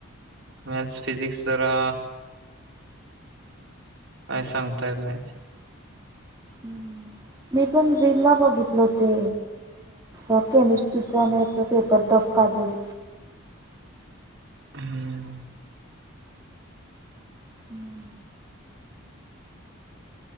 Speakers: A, on the right; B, on the right.
A: मॅथ्स, फिजिक्स जरा काय सांगता येल नही.
B: ह्, मी पण रिल ला बघितल त. ते अ केमिस्ट्रीचा, नेटचा पेपर टफ काढले.
A: हम्म.
B: हम्म.